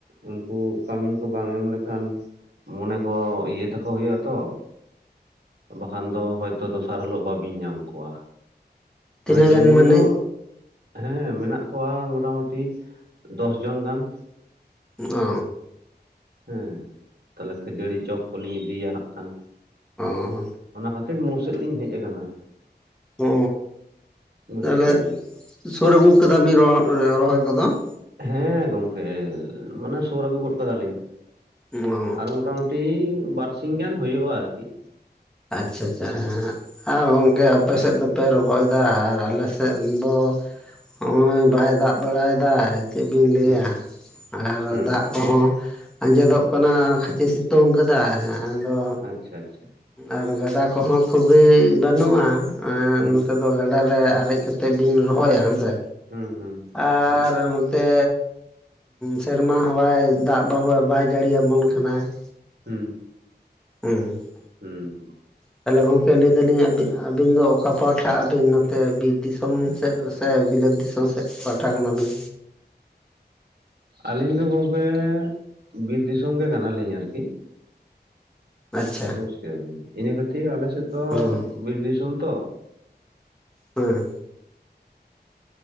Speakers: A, on the right; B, in the centre.
A: ᱩᱱᱠᱩ ᱠᱟᱢᱤᱱ ᱠᱚ ᱵᱟᱝ ᱮᱢ ᱞᱮᱠᱷᱟᱱ ᱢᱚᱱᱮ ᱠᱚ ᱤᱭᱟᱹᱛᱟᱠᱚ ᱦᱩᱭᱩᱜᱼᱟ ᱛᱚ ᱾ ᱵᱟᱠᱷᱟᱱ ᱫᱚ ᱦᱳᱭᱛᱳ ᱫᱚᱥᱟᱨ ᱦᱤᱞᱳᱜ ᱵᱟᱵᱤᱱ ᱧᱟᱢ ᱠᱚᱣᱟ ᱢᱟᱱᱮ
B: ᱛᱤᱱᱟᱹᱜ
A: ᱡᱚᱢ
B: ᱜᱟᱱ
A: ᱧᱩ
B: ᱢᱟᱱᱮ
A: ᱫᱚ ᱦᱮᱸ ᱢᱮᱱᱟᱜ ᱠᱚᱣᱟ ᱢᱚᱳᱴᱟᱢᱩᱴᱤ ᱫᱚᱥ ᱡᱚᱱ ᱜᱟᱱ ᱾
B: ᱚ ᱾
A: ᱦᱮᱸ ᱛᱟᱦᱚᱞᱮ ᱠᱷᱟᱹᱡᱟᱹᱲᱤ ᱪᱚᱯ ᱠᱚᱞᱤᱧ ᱤᱫᱤᱭᱟ ᱦᱟᱸᱜ ᱠᱷᱟᱱ ᱾
B: ᱚ ᱾
A: ᱚᱱᱟ ᱠᱷᱟᱹᱛᱤᱨ ᱢᱳᱲ ᱥᱮᱡ ᱞᱤᱧ ᱦᱮᱡ ᱟᱠᱟᱱᱟ ᱾
B: ᱚ
A: ᱵᱩᱡᱽ
B: ᱛᱟᱦᱚᱞᱮ
A: ᱠᱮᱫᱟᱵᱤᱱ
B: ᱥᱳᱨ ᱟᱜᱩ ᱠᱮᱫᱟ ᱵᱤᱱ ᱨᱚᱦᱚᱭ ᱠᱚᱫᱚ ᱾
A: ᱦᱮᱸ ᱜᱚᱝᱠᱮ ᱢᱟᱱᱮ ᱥᱩᱨ ᱟᱹᱜᱩ ᱜᱚᱫ ᱠᱟᱫᱟᱞᱤᱧ
B: ᱚ
A: ᱟᱨ ᱢᱳᱴᱟᱢᱩ ᱴᱤ ᱵᱟᱨᱥᱤᱧ ᱜᱟᱱ ᱦᱩᱭᱩᱜᱼᱟ ᱟᱨᱠᱤ ᱾
B: ᱟᱪᱪᱷᱟ ᱟᱪᱪᱷᱟ ᱦᱮᱸ <inaudible> ᱟᱨ ᱜᱚᱝᱠᱮ ᱟᱯᱮ ᱥᱮᱫ ᱫᱚᱯᱮ ᱨᱚᱦᱚᱸᱭ ᱫᱟ ᱟᱨ ᱟᱞᱮ ᱥᱮᱫ ᱫᱚ ᱱᱚᱜᱼᱚᱭ ᱵᱟᱭ ᱫᱟᱜ ᱵᱟᱲᱟᱭ ᱮᱫᱟ ᱾ ᱪᱮᱫ ᱵᱤᱱ ᱞᱟᱹᱭᱟ
A: ᱦᱩᱸ
B: ᱟᱨ
A: ᱦᱩᱸ
B: ᱫᱟᱜ
A: ᱦᱩᱸ
B: ᱠᱚᱦᱚᱸ ᱟᱸᱡᱮᱫᱚᱜ
A: ᱦᱩᱸ
B: ᱠᱟᱱᱟ ᱾ ᱡᱮ ᱥᱤᱛᱩᱝ ᱠᱮᱫᱟᱭ ᱟᱫᱚ
A: ᱟᱪᱪᱷᱟ ᱟᱪᱪᱷᱟ ᱾
B: ᱟᱨ ᱜᱟᱰᱟ ᱠᱚᱦᱚᱸ ᱠᱷᱩᱵᱮᱭ ᱵᱟᱹᱱᱩᱜᱼᱟ ᱮᱸ
A: ᱦᱩᱸ
B: ᱱᱚᱛᱮ ᱫᱚ ᱜᱟᱰᱟ ᱭᱟᱜᱨᱮ ᱟᱨᱮᱡ ᱠᱟᱛᱮᱫ ᱵᱤᱱ ᱨᱚᱦᱚᱸᱭᱟ ᱦᱮᱸ ᱥᱮ
A: ᱦᱩᱸ ᱦᱩᱸ
B: ᱟᱨ
A: ᱦᱩᱸ
B: ᱱᱚ ᱛᱮ ᱥᱮᱨᱢᱟ ᱦᱚᱸ ᱵᱟᱭ ᱫᱟᱜ ᱵᱟᱵ ᱵᱟᱭ ᱡᱟᱹᱲᱤᱭᱟᱵᱚᱱ ᱠᱟᱱᱟ ᱾
A: ᱦᱩᱸ ᱾
B: ᱦᱮᱸ ᱾
A: ᱦᱩᱸ ᱾
B: ᱛᱟᱦᱚᱞᱮ ᱜᱚᱝᱠᱮ ᱞᱟᱹᱭ ᱫᱟᱹᱞᱤᱧ ᱟᱹᱵᱤᱱ ᱟᱹᱵᱤᱱ ᱫᱚ ᱚᱠᱟ ᱯᱟᱦᱴᱷᱟᱜ ᱟᱹᱵᱤᱱ ᱱᱚᱛᱮ ᱵᱤᱨ ᱫᱤᱥ ᱚᱢ ᱥᱮᱫ ᱨᱮ ᱥᱮ ᱵᱤᱞᱟᱹᱛ ᱫᱤᱥᱚᱢ ᱥᱮᱫ ᱯᱟᱦᱴᱷᱟ ᱠᱟᱱᱟ ᱵᱤᱱ?
A: ᱟᱹᱞᱤᱧ ᱫᱚ ᱜᱚᱝᱠᱮ ᱵᱤᱨ ᱫᱤᱥᱚᱢ ᱜᱮ ᱠᱟᱱᱟ ᱞᱤᱧ ᱟᱨᱠᱤ ᱾
B: ᱟᱪᱪᱷᱟ
A: ᱵᱩᱡᱽ ᱠᱮᱫᱟᱵᱤᱱ ᱤᱱᱟᱹ ᱠᱷᱟᱹᱛᱤᱨ ᱟᱞᱮᱥᱮᱫ ᱫᱚ
B: ᱦᱮᱸ
A: ᱵᱤᱨ ᱫᱤᱥᱚᱢ ᱛᱚ ᱾
B: ᱦᱮᱸ ᱾